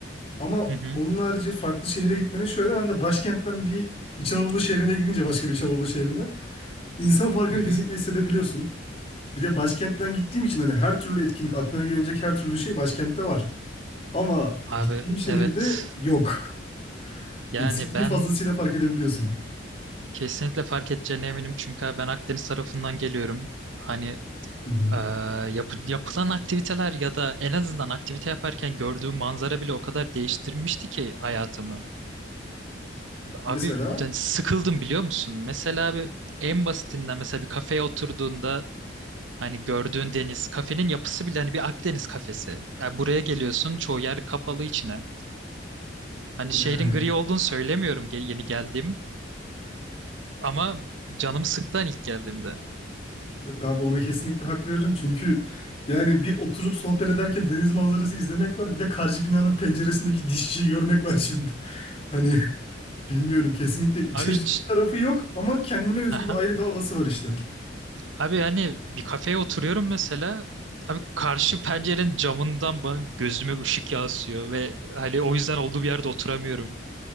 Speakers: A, on the left; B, on the right.
A: Ama
B: Hı hı,
A: onun harici farklı şehire gitmenin şöyle ben de başkentten bir İç Anadolu şehrine gidince başka bir İç Anadolu şehrine insan farkını
B: hı hı.
A: kesinlikle hissedebiliyorsun. Bir de başkentten gittiğim için hani her türlü etkinlik, aklına gelebilecek her türlü şey başkentte var. Ama
B: Abi
A: gittiğim şehirde
B: evet.
A: yok.
B: Yani
A: Eksikliği
B: ben
A: fazlasıyla fark edebiliyorsun.
B: kesinlikle fark edeceğine eminim. Çünkü abi ben Akdeniz tarafından geliyorum. Hani
A: Hı hı.
B: eee, yapı- yapılan aktiviteler ya da en azından aktivite yaparken gördüğüm manzara bile o kadar değiştirmişti ki hayatımı.
A: Mesela
B: Abi yani sıkıldım biliyor musun? Mesela abi en basitinden mesela bir kafeye oturduğunda Hani gördüğün deniz, kafenin yapısı bile hani bir Akdeniz kafesi. Yani buraya geliyorsun, çoğu yer kapalı içine. Hani şehrin
A: yani
B: gri olduğunu söylemiyorum ge- yeni geldiğim ama canımı sıktı hani ilk geldiğimde.
A: yok abi ona kesinlikle hak veririm çünkü yani bir oturup sohbet ederken deniz manzarası izlemek var. Bir de karşı binanın penceresindeki dişçiyi görmek var şimdi. <laughs> Hani bilmiyorum kesinlikle iç
B: Abi
A: açıcı
B: ç-
A: bir tarafı yok ama kendine özgü
B: aha.
A: bir ayrı bir havası var işte.
B: Abi hani bir kafeye oturuyorum mesela. Abi karşı pencerenin camından bana gözüme ışık yansıyor ve hani o yüzden olduğu bir yerde oturamıyorum.